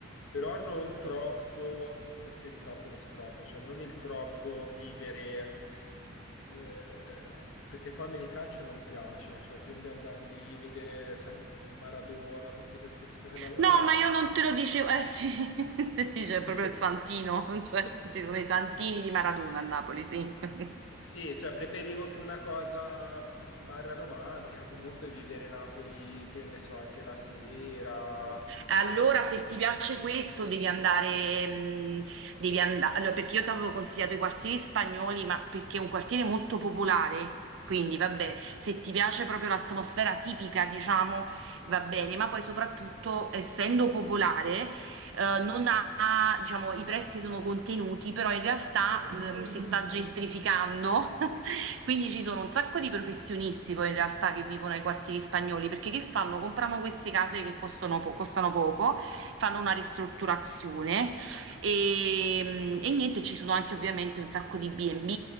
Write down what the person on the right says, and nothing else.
No,
ma io non te lo dicevo. Eh sì, <laughs> sì,
sì, c'è proprio il Santino, <laughs> cioè, ci sono i Santini di Maradona a Napoli, sì. <laughs>
Allora, se ti piace questo, devi andare, mh, devi andare, allora, perché io ti avevo consigliato i quartieri spagnoli, ma perché è un quartiere molto popolare, quindi vabbè, se ti piace proprio l'atmosfera tipica, diciamo, va bene, ma poi soprattutto, essendo popolare, eh, non ha, diciamo, i prezzi sono contenuti, però in
realtà
ehm,
si sta gentrificando, <laughs> quindi ci sono un sacco di professionisti poi in realtà che vivono ai quartieri spagnoli, perché che fanno? Comprano queste case che costano, po- costano poco, fanno una ristrutturazione e, e niente, ci sono anche ovviamente un sacco di B&B,